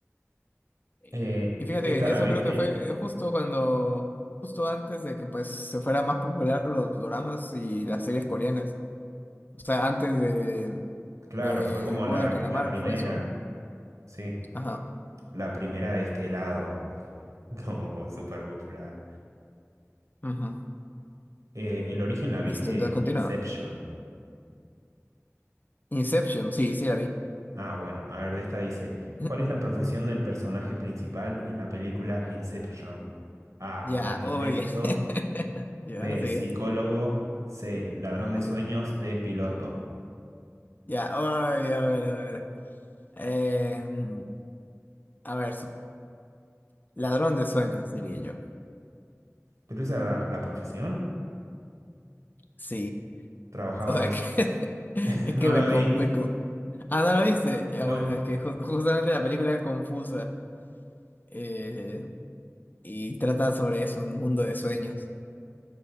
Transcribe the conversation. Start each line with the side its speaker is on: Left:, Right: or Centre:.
Left: Eh,
Right: Eh,
Left: Y fíjate
Right: esta
Left: que
Right: la
Left: eso
Right: viste,
Left: creo que fue justo cuando, justo antes de que pues se fueran más popular los doramas y las series coreanas. O sea, antes de
Right: claro,
Left: eh,
Right: fue como
Left: el juego
Right: la,
Left: del calamar
Right: la primera,
Left: fue eso, ¿no?
Right: sí,
Left: Ajá.
Right: la primera de este lado, <laughs> como, como súper popular.
Left: Ujú.
Right: Eh, el origen la viste,
Left: Listo, entonces continúa.
Right: Inception.
Left: Inception, sí, sí la vi.
Right: Ah, bueno, a ver, de esta dice,
Left: <laughs>
Right: ¿cuál es la profesión del personaje principal en la película Inception? A,
Left: Ya,
Right: arquitecto,
Left: uy. <laughs> Ya,
Right: B,
Left: sí.
Right: psicólogo, C, ladrón
Left: Ajá.
Right: de sueños, D, piloto.
Left: Ya, ay, a ver, a ver. Em, a ver, su- ladrón de sueños, diría yo.
Right: ¿Pero esa era la, la profesión?
Left: Sí,
Right: Trabajaba
Left: <laughs> o sea
Right: de eso.
Left: que <laughs> es
Right: <laughs> No
Left: que me,
Right: la
Left: con-
Right: vi,
Left: me con- Ah, ¿no la viste? Ya,
Right: no,
Left: bueno, es que ju- justamente la película es confusa eh, y trata sobre eso, un mundo de sueños.